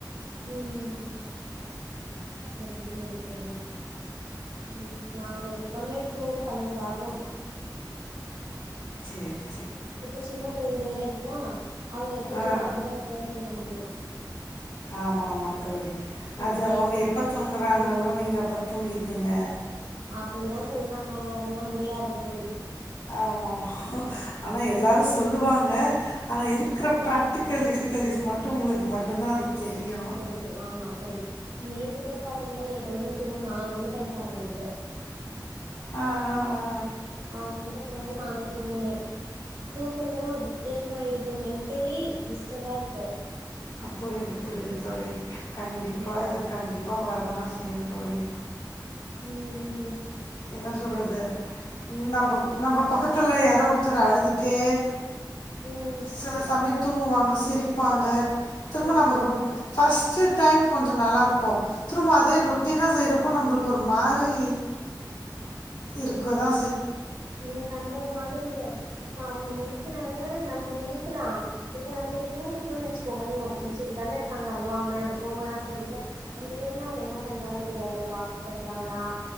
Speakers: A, on the right; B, on the left.
A: ம் சரி சரி தோழி ம் நாங்க எப்பமே தூங்க பன்னெண்டு ஆகு
B: சேரி
A: இப்ப சின்ன கொழந்தை வேற இருக்கா அவங்க எப்ப
B: ஆ
A: தூங்குறாங்களோ அப்பதா தூங்க முடியு
B: ஆமா ஆமா தோழி
A: ம்
B: அது
A: நேத்துக்கு
B: அவங்க எப்போ தூங்குறாங்களோ நீங்க அப்போ தூங்கிக்கிங்க
A: அப்பிடி தான் சொல்றாங்க ஆனா அதெல்லா முடியாது தோழி
B: ஆமாமா ஆனா எல்லாரு சொல்லுவாங்க ஆனா
A: ம்
B: இருக்கிற ப்ராக்ட்டிக்கல் டிஃபிக் கல்ட்டீஸ் மட்டு உங்களுக்கு மட்டுந்தா அது தெரியும்.
A: தெரியு ஆமா தோழி நேத்து கூட பாத்தீங்கன்னா என் கொழந்த தூங்க நாலு மணி பண்ட்டாங்க நைட்டு
B: ஆ ஆ அ
A: நாலு மணிக்குகு அப்புறம் தா நானே தூங்கின தூக்கல்லன்னா ஒரு டிப்ரஷன் ஆயிடுது மென்ட் ட்டலி டிஸ்டபா இருக்கு
B: புரியுது புரியுது தோழி கண்டிப்பா
A: ம்
B: இது கண்டிப்பா வரது தா செய்யும் தோழி
A: ம் ம்
B: என்ன சொல்றது நம்ப நம்ப பக்கத்துல யாரோ ஒருத்தர் அழுந்துட்டே
A: ம்
B: சில சமயம் தூங்குவாங்க சிரிப்பாங்க திரும்ப
A: ம்
B: நம்ம ரொட் ஃபஸ்ட் டைம் கொஞ்ச நல்லா இருக் கு திரும்ப அதே ரொட்டினா செய்யறப்போ நம்மளுக்கு ஒரு மாரி இருக்குதா
A: எனக்கு அந்த ஒரு மாதிரில இப்ப அவங்க முழிக்கிறாங்க நம்ம முழிக்கலா இப்ப நம்ளுக்கு தூங்கிட்டோனு வச்சுக்கோங்களே <unintelligible> இருக்காங்க <unintelligible> நம்ம தூங்கலா சொல்லிட்டு அந்த டைம்ல அவங்க என்ன பண்றாங்க தெரியாதுல்ல வாகி் பண்றாங்களா